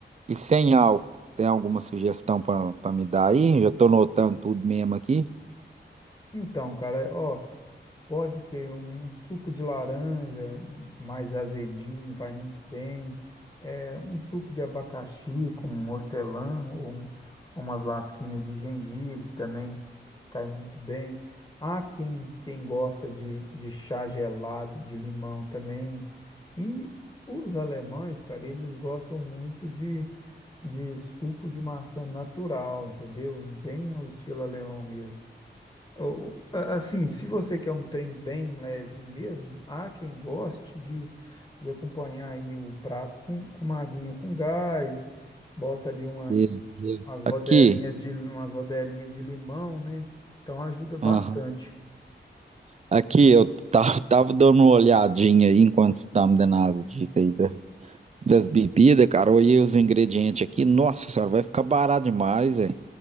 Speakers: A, on the right; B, on the left.
A: E sem álcool, tem alguma sugestão para me dar aí? Já estou notando tudo mesmo aqui.
B: Então, cara, ó. Pode ser um um suco de laranja mais azedinho, vai muito bem. É, um suco de abacaxi com hortelã ou um- umas lasquinhas de gengibre também cai muito bem. Há quem, quem gosta de, de chá gelado de limão também. E os alemães, cara, eles gostam muito de, de suco de maçã natural, entendeu? Bem ao estilo alemão mesmo. Ou, a- Assim, se você quer um trem bem levinho mesmo, há quem goste de, de acompanhar aí o prato com, com uma aguinha com gás, bota ali uma,
A: Beleza.
B: umas rodelinhas
A: Aqui,
B: de, umas rodelinhas de limão, né? Então ajuda bastante.
A: Aham. aqui eu ta- <laughs> tava dando uma olhadinha aí enquanto você tá me dando as dicas aí da- das bebidas, cara. Olhei os ingredientes aqui. Nossa senhora, vai ficar barato demais, é.